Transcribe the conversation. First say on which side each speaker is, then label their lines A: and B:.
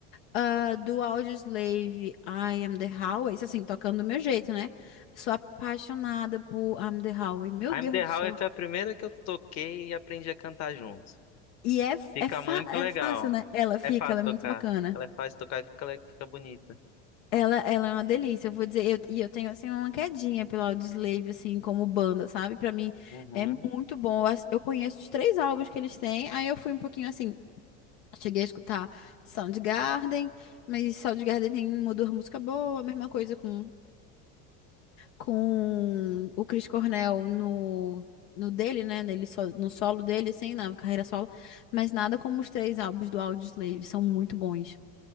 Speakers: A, on the left; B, on the left.
A: ah, do Audioslave, I Am The Highway. Isso, assim, tocando do meu jeito, né? Sou apaixonada por I Am The Highway. Meu
B: I'm
A: Deus
B: the
A: do
B: Highway
A: céu.
B: foi a primeira que eu toquei e aprendi a cantar junto.
A: E é,
B: Fica
A: é, fa-
B: muito
A: é
B: legal.
A: fácil, né? Ela fica,
B: É fácil
A: ela é
B: tocar.
A: muito bacana.
B: Ela é fácil tocar e fica, le- fica bonita.
A: Ela, ela é uma delícia, eu vou dizer, eu- e eu tenho, assim, uma quedinha pelo Audioslave, assim, como banda, sabe? Pra mim
B: Uhum.
A: é muito bom, eu, acho- eu conheço os três álbuns que eles têm, aí eu fui um pouquinho, assim, cheguei a escutar Soundgarden, mas Soundgarden tem uma ou duas músicas boas, a mesma coisa com, com o Chris Cornell no, no dele, né, nele, so- no solo dele, assim, na carreira solo, mas nada como os três álbuns do Audioslave, são muito bons,